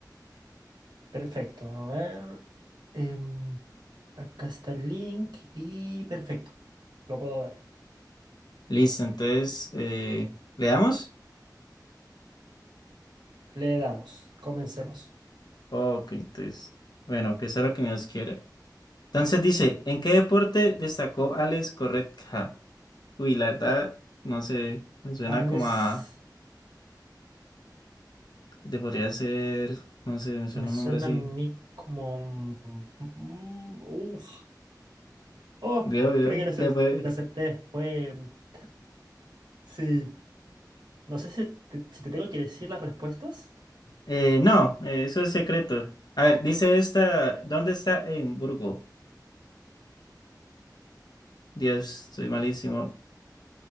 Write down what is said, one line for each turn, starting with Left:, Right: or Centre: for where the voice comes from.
Right: Perfecto, a ver. em, acá está el link y perfecto, lo puedo ver.
Left: Listo, entonces, eh, ¿le damos?
Right: Le damos, comencemos.
Left: Ok, entonces, bueno, que sea lo que Dios quiera. Entonces dice, ¿en qué deporte destacó Alex Corretka? Uy, la verdad, no sé, me suena
Right: Alex
Left: como a, te podría ser, no sé, me suena
Right: me suena
Left: un nombre así.
Right: a mí como... mm, mm, uf. Oh,
Left: Veo, veo,
Right: creo que la acer-
Left: le fue.
Right: la acerté. Fue... mm, t- Sí. No sé si te, si te tengo que decir las respuestas.
Left: Eh, no, eh, eso es secreto. A ver, dice esta, ¿dónde está Edimburgo? Dios, soy malísimo.